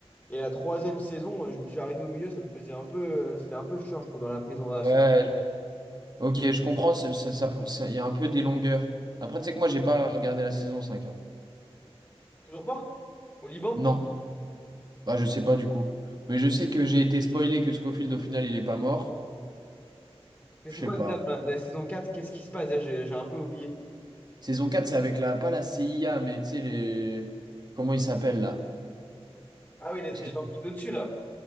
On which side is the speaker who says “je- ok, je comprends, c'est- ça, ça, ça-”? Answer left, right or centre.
Right